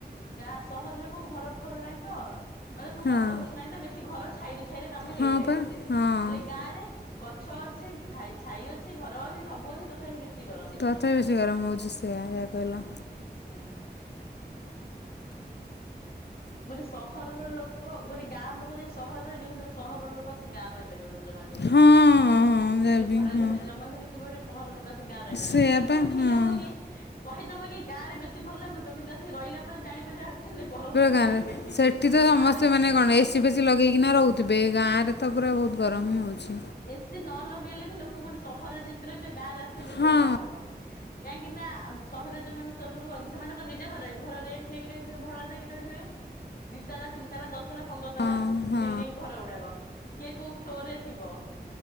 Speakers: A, on the left; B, on the left.
A: ଗାଁ ସହରରେ କୋଉ ଘର ଫର ନାହିଁ ତ। ମାନେ କୋଉ
B: ହଁ
A: ଗଛ ଫଛ ନାହିଁ ତ ବେଶୀ ଘର ଛାଇ ଛାଇରେ କାମ ହେଇଯାଏ।
B: ହଁ ପା ହଁ।
A: ଗାଁରେ ଗଛ ଅଛି, ଛାଇ ଅଛି, ଘର ଅଛି ସବୁ ଅଛି ତଥାପି ବେଶୀ ଗରମ।
B: ତଥାପି ବେଶୀ ଗରମ ହୋଉଚି ସେୟା ଏୟା କହିଲା।
A: ହୁଁ। ଗୋଟେ ସହରର ଲୋକ ଗୋଟେ ଗାଁ ର ଲୋକ ଯାଦି ସହରରେ ରହିଯିବ। କିନ୍ତୁ ଗୋଟେ ସହରର ଲୋକ ଆସି ସିଏ ଗାଁ ରହିପାରିବନି ଜମା ବି ହେଲେ।
B: ହଁ ହଁ ଯାହା
A: ଏ ଯୋଉ
B: ବି
A: ଖରା
B: ହଁ
A: ଦିନେ ଯମା ବି ଲେଖିବନି ସହର ଲୋକ ଆସିକ ଗାଁ ରହିପାରିବେନି
B: ସେୟା
A: ତାକୁ
B: ପା
A: ବି ଫିଲ୍
B: ହଁ
A: ହବ କି କହିଦେବ କି ଗାଁରେ ବେଶୀ ଭଲ ଲାଗୁଥିବ କିନ୍ତୁ ଆଶିକି ରହିଲା ପରେ ଜାଣିପାରିବା ଆକ୍ଚୁଆଲି ଗରମ ଟା
B: କା
A: କୋଉଠି ବେଶୀ।
B: ସେଠି ତ ସମସ୍ତେ
A: ଗାଁରେ
B: ମାନେ କଣ ଏ ଏ ସି ଫେଶି ଲଗେଇକିନା ରୋହୁଥିବେ ଗାଁରେ ତ ପୁରା ବୋହୁତ ଗରମ ହିଁ ହୋଉଛି।
A: ଏ ସିି ନ ଲଗେଇଲେ ବି ଲୋକ ଗୋଟେ ସହରରେ ଯେମିତି ରହିଚି ଗାଁ ରେ ଆସିଲେ ବେଶୀ
B: ହଁ
A: ହଇରାଣ ହବ। କାହିଁକି ନା ଆଗ୍ ସହରରେ ଯୋଉମାନେ ସବୁ ରୁହନ୍ତି ସେମାନଙ୍କ ନିଜ ଘର ଘରେ ରେଣ୍ଟ ନେଇକି ରହିଥିବେ ଭଡା ଦେଇକି ରହିଥିବେ। ଦିଇ ତାଲା ତିନି ତାଲା ଦଶ ତାଲା ପନ୍ଦର ତାଲା
B: ହଁ ହଁ
A: ବିଲ୍ଡିଙ୍ଗ ଘର ଗୁଡାକ କିଏ କୋଉ ଫ୍ଲୋର ରେ ଥିବ।